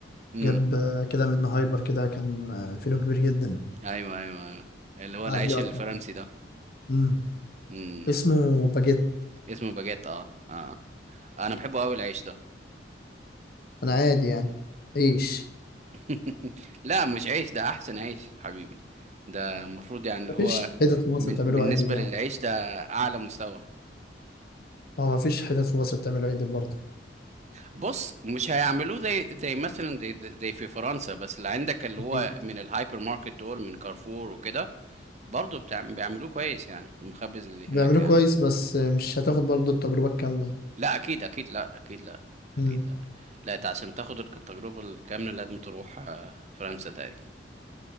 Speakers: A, on the right (about 40°); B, on the left (about 55°).
A: امم
B: جاب آه، كده من هايبر كده كان آه، فينو كبير جدا
A: ايوه ايوه ايوه اللي هو
B: بعد
A: العيش
B: يقطع
A: الفرنسي ده
B: مم.
A: امم
B: اسمه باجيت
A: اسمه باجيت اه اه انا بحبه قوي العيش ده
B: انا عادي يعني عيش
A: <laughs> لا مش عيش ده احسن عيش حبيبي ده المفروض يعني اللي
B: مفيش
A: هو
B: حتت في مصر
A: من
B: بتعمله
A: بالنسبة
B: عدل يعني
A: للعيش ده اعلى مستوى
B: ما مفيش حتت في مصر بتعمله عدل برضه
A: بص مش هيعملوه زي زي مثلا زي زي في فرنسا بس اللي عندك اللي
B: اكيد
A: هو من الهايبر ماركت دول من كارفور وكده برضه بتاع بيعملوه كويس يعني المخبز اللي
B: بيعملوه
A: هناك يعني
B: كويس بس آه، مش هتاخد برضه التجربة الكاملة
A: لا اكيد اكيد لا اكيد لا اكيد
B: مم.
A: لا لا انت عشان تاخد التجربة الكاملة لازم تروح آه، فرنسا تقريبا